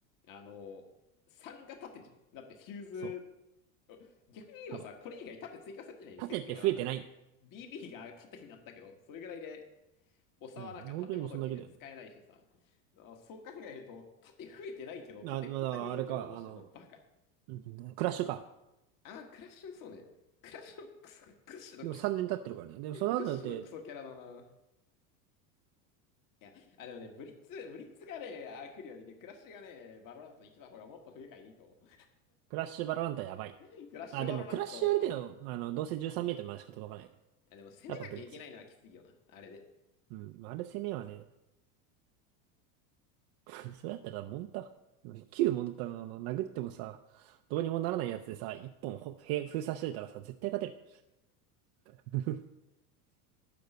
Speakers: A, on the left; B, on the right.
A: あの、3が立ってんじゃん。だってフューズ、
B: そう。
A: 逆に言えばさ、
B: そう。
A: これ以外縦追加されてないね。
B: 縦って増えてない。
A: 正確には BB が縦になったけど、それぐらいで、おさはなんか縦もどきで使えないしさ、
B: うん。本当にもうそんだけだよね。
A: あそう考えると、縦増えてないけど、縦こんなに影響を及ぼしてんのバカ。
B: あ、まだ、あれか、あの、うんクラッシュか。
A: あー、クラッシュ、そうね。クラッシュのクソ、クッシュの
B: でも3年経ってるからね。でもその後だって、
A: クッシュのクソキャラだな。いや、あ、でもね、ブリッツ、ブリッツがね、あ、来るよりね、クラッシュがね、バロラントに来た方がもっと不愉快でいいと思う。
B: クラッシュバロランタやばい。
A: <laughs> クラッシュバロラント。
B: あ、でもクラッシュあれだよ。あの、どうせ13メートルまでしか届かない。
A: いや、でも攻めなきゃいけないのはきついよな、
B: やっぱブリッツよ。
A: あれで。
B: うん。まあれ攻めはね、<laughs> それだったらモンタ。旧モンタのあの、殴ってもさ、どうにもならないやつでさ、一本ほへ封鎖してたらさ、絶対勝てる。